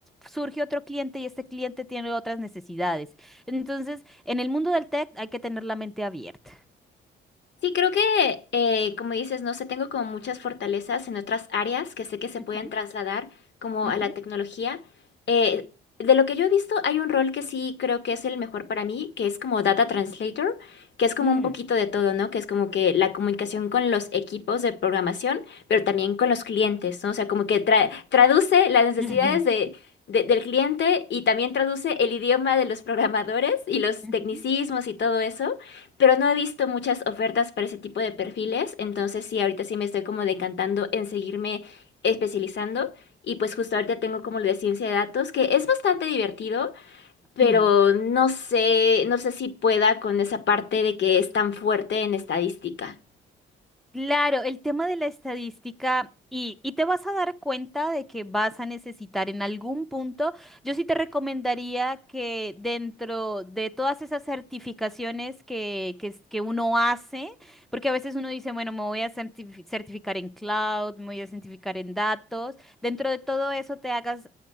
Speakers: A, in the centre; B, on the left.
A: surge otro cliente y este cliente tiene otras necesidades. Entonces, en el mundo del tech hay que tener la mente abierta.
B: Sí, creo que, eh, como dices, no sé, tengo como muchas fortalezas en otras áreas que sé que se pueden
A: Ujú,
B: trasladar como
A: ujú.
B: a la tecnología. Eh, de lo que yo he visto, hay un rol que sí creo que es el mejor para mí, que es como Data Translator, que es como
A: Mm,
B: un poquito de todo, ¿no? Que es como que la comunicación con los equipos de programación, pero también con los clientes, ¿no? O sea, como que tra- traduce las necesidades
A: ujú,
B: de... de- del cliente y también traduce el idioma de los programadores y los
A: ujú,
B: tecnicismos y todo eso pero no he visto muchas ofertas para ese tipo de perfiles,
A: ujú.
B: entonces sí, ahorita sí me estoy como decantando en seguirme especializando y pues justo ahorita tengo como lo de ciencia de datos, que es bastante divertido, pero
A: Sí.
B: no sé, no sé si pueda con esa parte de que es tan fuerte en estadística.
A: Claro, el tema de la estadística y, y te vas a dar cuenta de que vas a necesitar en algún punto, yo sí te recomendaría que dentro de todas esas certificaciones que, que, es- que uno hace, porque a veces uno dice, bueno, me voy a certifi- certificar en cloud, me voy a certificar en datos, dentro de todo eso te hagas...